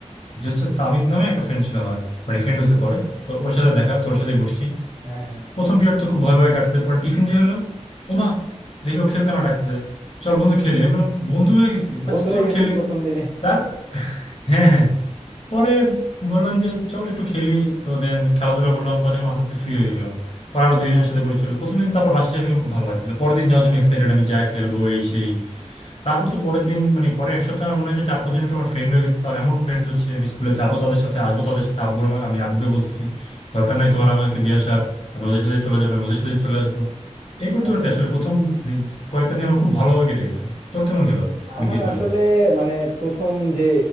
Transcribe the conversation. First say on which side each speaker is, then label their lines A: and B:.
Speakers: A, on the left; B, on the right.
A: যে হচ্ছে সামিদ নামে একটা ফ্রেন্ড ছিল আমার মানে ফ্রেন্ড হয়েছে পরে তো ওর সাথে দেখা তোর সাথে বসছি
B: হ্যাঁ হ্যাঁ
A: প্রথম পিরিয়ড তো খুব ভয় ভয় কাটছে পর টিফিন যে হলো ওমা দেখি ও খেলতে মাঠাচ্ছে চল বন্ধু খেলি আমি বললাম বন্ধু হয়ে গেছি
B: বন্ধু
A: আচ্ছা
B: হয়ে
A: চল
B: গেছি
A: খেলি
B: প্রথম দিনে
A: তার হ্যাঁ হ্যাঁ পরে বললাম যে চল একটু খেলি তো দেন খেলাধুলা করলাম পরে দেখলাম আস্তে আস্তে ফ্রি হয়ে গেলাম পরে আরো দুইজনের সাথে পরিচয় হলো প্রথম দিন তারপর বাসায় সাথে দেখলাম খুব ভালো লাগতেছে পরের দিন যাওয়ার জন্য এক্সাইটেড আমি যা খেলবো এই সেই তারপর তো পরের দিন মানে পরের এক সপ্তাহ আমার মনে হয় যে চার পাঁচ জন আমার ফ্রেন্ড হয়ে গেছে তো এমন ফ্রেন্ড হচ্ছে আমি স্কুলে যাবো তাদের সাথে আসবো তাদের সাথে আব্বু আমার আমি আব্বুকে বলতেছি দরকার নাই তোমার আমাকে দিয়ে আসার আমি ওদের সাথে চলে যাবো আমি ওদের সাথে চলে আসবো এই করতে
B: আচ্ছা
A: করতে আসলে প্রথম মানে কয়েকটা দিন আমার খুব ভালোভাবে কেটে গেছে তোর কেমন গেল মানে
B: আমার
A: গেছিল
B: আসলে মানে প্রথম যে